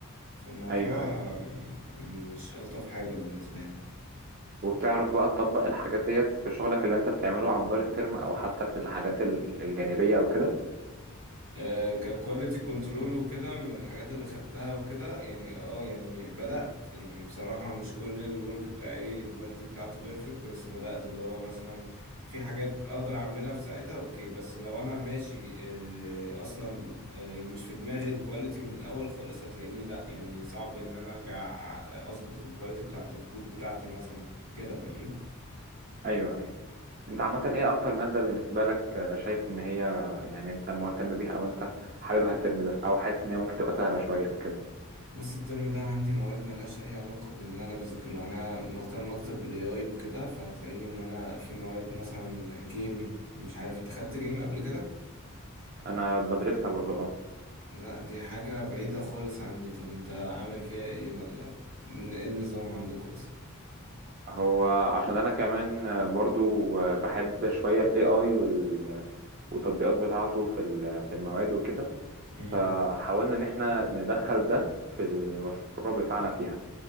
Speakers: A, on the right; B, on the right.
A: فالموضوع
B: ايوه أيوه.
A: آه، يعني مش ألطف حاجة بالنسبة لي
B: وبتعرف بقى تطبق الحاجات ديت في شغلك اللي انت بتعمله على مدار الترم او حتى في الحاجات ال- الجانبية او كده
A: آه، ككواليتي كنترول وكده من الحاجات اللي خدتها وكده يعني اه يعني بدأت يعني بصراحة مش كل الورك بتاعي الكواليتي بتاعته بيرفكت بس بدأت اللي هو مثلا في حاجات اقدر اعملها في ساعتها اوكي بس لو انا ماشي آه، اصلا آه، مش في دماغي الكواليتي من الاول خالص هتلاقيني لا يعني صعب ان انا ارجع اظبط الكواليتي بتاعت الكود بتاعتي مثلا كده فاهمني
B: ايوه ايوه انت عامة ايه اكتر مادة بالنسبة لك آه، شايف ان هي يعني انت مهتم بيها او انت حاببها الترم ده او حاسس ان هي ممكن تبقى سهلة شوية او كده
A: بص الترم ده عندي مواد ملهاش أي علاقة باللي أنا بذاكره أنا مهتم أكتر بال AI وكده فهتلاقيني إن أنا في مواد مثلا جيم مش عارف أنت خدت جيم قبل كده؟
B: انا بدرسها برضو اه
A: لا دي حاجة بعيدة خالص عني طب أنت عامل فيها إيه ولا إيه النظام عندكم أصلا؟
B: هو عشان انا كمان آه، برضو آه، بحب شوية ال AI وال... والتطبيقات بتاعته في ال- في المواد وكده
A: امم
B: فحاولنا ان احنا ندخل ده في المشروع بتاعنا فيها